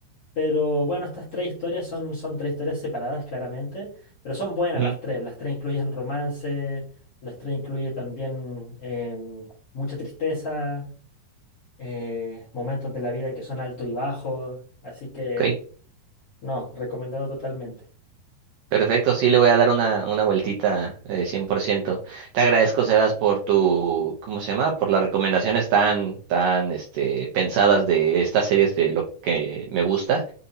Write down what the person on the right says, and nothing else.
Ujú.
Ok.
Perfecto, sí, le voy a dar una, una vueltita eh, 100%. Te agradezco, Sebas, por tu, ¿cómo se llama? Por las recomendaciones tan, tan, este, pensadas de estas series de lo que me gusta.